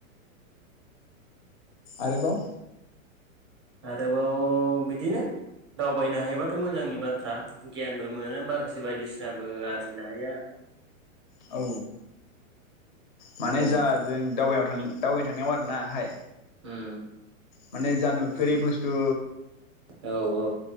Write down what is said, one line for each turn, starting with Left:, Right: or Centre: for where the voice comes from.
Left: आरोबाव
Right: आरोबाव बिदिनो दावबायनो हायोबाथ मोजांनि बाथ्रा गियानबो मोनो माखासे बायदिसिनाबो आरजिनो हायो आरो ना
Left: औ
Right: आरो
Left: माने जा जों दावबायाव थां दावबायनो थांनायाव आरोना हाय
Right: उम
Left: माने जा नुफेरि
Right: उम
Left: बुस्थु
Right: औ औ